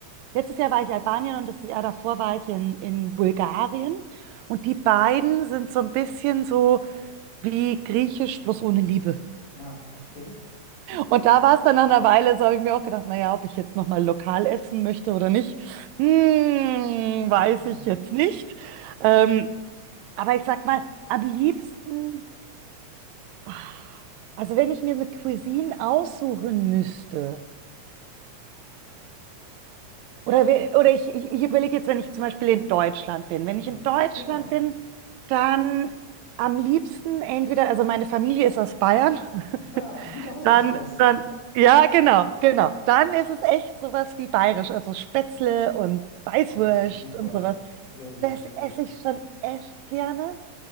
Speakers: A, on the right; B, on the left.
A: letztes Jahr war ich in Albanien und das Jahr davor war ich in, in Bulgarien und die beiden sind so ein bisschen so wie Griechisch bloß ohne Liebe.
B: Ah, okay. <laughs>
A: Und da
B: Gut,
A: war es dann
B: Friedrich.
A: nach einer Weile, so habe ich mir auch gedacht, naja, ob ich jetzt nochmal lokal essen möchte oder nicht, hm, weiß
B: Ja,
A: ich jetzt nicht. Ähm, aber ich sag mal, am liebsten, ah, also wenn ich mir eine Cuisine aussuchen müsste, oder, we- oder ich, ich, ich überlege jetzt, wenn ich zum Beispiel in Deutschland bin, wenn
B: ja,
A: ich in Deutschland
B: genau.
A: bin, dann am liebsten entweder, also meine Familie ist aus Bayern, <laughs>
B: Ja, gute Hausmannskost.
A: Dann, dann, ja, genau, genau. Dann ist es echt sowas wie bayerisch, also Spätzle und Weißwurst
B: Oh, super.
A: und sowas.
B: Sehr gut,
A: Das
B: sehr gut.
A: esse ich schon echt gerne.